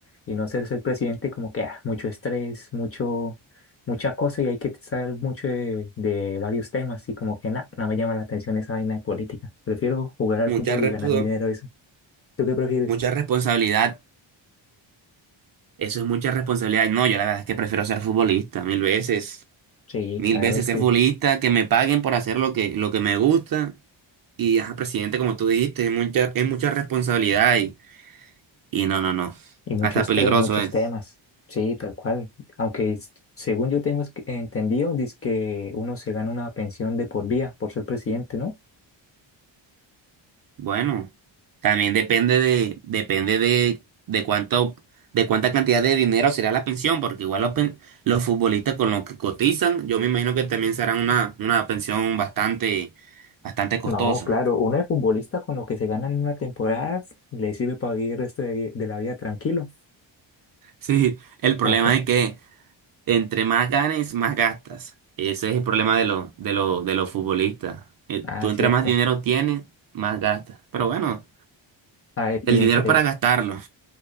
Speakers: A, on the left; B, on the right.
A: Y no ser ser presidente como que ah, mucho estrés, mucho, mucha cosa y hay que saber mucho de, de varios temas. Y como que nada, no me llama la atención esa vaina de política. Prefiero jugar al
B: Mucha
A: fútbol
B: respo-
A: y ganar dinero eso. ¿Tú qué prefieres?
B: mucha responsabilidad. Eso es mucha responsabilidad. No, yo la verdad es que prefiero ser futbolista mil veces.
A: Sí,
B: Mil
A: claro,
B: veces
A: es
B: ser
A: que
B: futbolista, que me paguen por hacer lo que, lo que me gusta. Y, ajá, presidente, como tú dijiste, es mucha, es mucha responsabilidad y, y no, no, no.
A: Y mucho
B: Hasta
A: estrés,
B: peligroso
A: muchos
B: es.
A: temas. Sí, tal cual. Aunque es- según yo tengo es que- entendido, dice que uno se gana una pensión de por vida por ser presidente, ¿no?
B: Bueno, también depende de, depende de, de cuánto, de cuánta cantidad de dinero será la pensión, porque igual los, pen- los futbolistas con los que cotizan, yo me imagino que también será una, una pensión bastante, bastante costosa.
A: No, claro, Uno de futbolista con lo que se gana en una temporada le sirve para vivir el resto de, vi- de la vida tranquilo.
B: Sí, el problema
A: Acá.
B: es que Entre más ganes, más gastas. Ese es el problema de, lo- de, lo- de los futbolistas. Eh,
A: Ah,
B: Tú entre
A: cierto.
B: más dinero tienes, más gastas. Pero bueno,
A: A ver,
B: el
A: y entre,
B: dinero es para gastarlo.